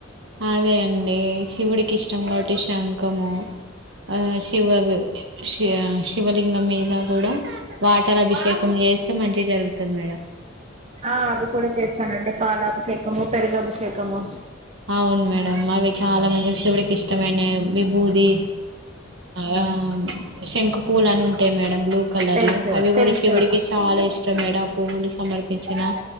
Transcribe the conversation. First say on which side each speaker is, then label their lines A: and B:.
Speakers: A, on the right; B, on the right.
A: అదే అండి శివుడికి ఇష్టం కాబట్టి శంఖము ఆ శివవి శె శివలింగం మీద కూడా వాటర్ అభిషేకం ఏ చేస్తే మంచిగ జరుగుతది మేడం
B: ఆ అవి కూడా చేస్తానండి పాలాభిషేకము పెరుగు అభిషేకము
A: అవును మేడమ్ అవి చాలా మంచి శివుడికి ఇష్టమైన విభూది అవా శంఖు పూలు అని ఉంటాయి మేడం బ్లూ కలర్లో
B: తెలుసు
A: అవి
B: తెలుసు
A: కూడా శివుడికి చాలా ఇష్టం మేడం ఆ పువ్వులు సమర్పించిన